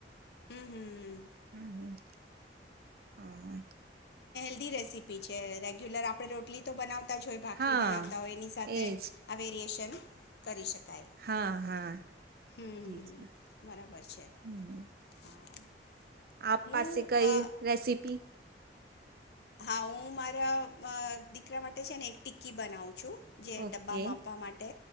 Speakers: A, on the left; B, on the right.
A: હમ્મ-હમ્મ-હમ્મ.
B: હમ હમ
A: ઝી રેસીપી છે રેગ્યુલર આપણે રોટલી તો બનાવ તા જ હોય ભાખરી
B: હા
A: બનાવતા હોય એની સાથે
B: એજ
A: <unintelligible> ને કરી શકી.
B: હા હા
A: હમ્મ-હમ્મ
B: જી જી
A: બરાબર છે
B: હમ
A: હા.
B: આપ
A: હું
B: પાસે કઈ
A: અ
B: રેસીપી?
A: હા, હું મારા અ દીકરા માટે છે ને એક ટિક્કી બનાવું છું. જે
B: ઓકે
A: ડબ્બામાં આપવા માટે